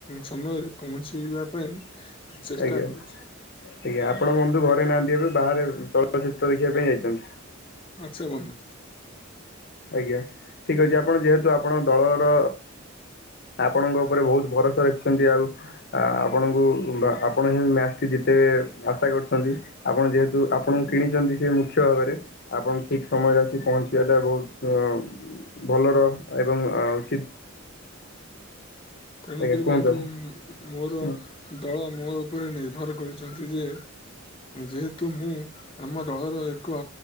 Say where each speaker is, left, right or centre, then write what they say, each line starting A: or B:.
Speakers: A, on the left; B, on the left.
A: ସମୟରେ ପହଞ୍ଚିବା ପାଇଁ ଚେଷ୍ଟା
B: ଆଜ୍ଞା
A: କରୁଛି
B: ଆଜ୍ଞା ଆପଣ ବନ୍ଧୁ ଘରେ ନାହାନ୍ତି ଏବେ ବାହାରେ ଚଳଚିତ୍ର ଦେଖିବା ପାଇଁ ଯାଇଛନ୍ତି
A: ଆଚ୍ଛା ବନ୍ଧୁ
B: ଆଜ୍ଞା ଠିକ ଅଛି ଆପଣ ଯେହେତୁ ଆପଣ ଦଳର ଆପଣଙ୍କ ଉପରେ ବହୁତ ଭରସା ରଖିଛନ୍ତି ଆଉ ଆ ଆପଣଙ୍କୁ ଆପଣ ସେ ମ୍ୟାଚଟି ଜିତେଇବେ ଆଶା କରିଛନ୍ତି ଆପଣ ଯେହେତୁ ଆପଣଙ୍କୁ କିଣିଛନ୍ତି ସେ ମୁଖ୍ୟ ଭାବରେ ଆପଣ ଠିକ ସମୟରେ ଆସି ପହଞ୍ଚିବାଟା ବହୁତ ବୋଲର ଏବଂ ଉଚିତ
A: ତେଣୁକରି
B: ଆଜ୍ଞା କୁହନ୍ତୁ
A: ବନ୍ଧୁ ମୋର
B: ହୁଁ
A: ଦଳ ମୋ ଉପରେ ନିର୍ଭର କରିଛନ୍ତି ଯେ ଯେହେତୁ ମୁଁ ଆମ ଦଳର ଏକ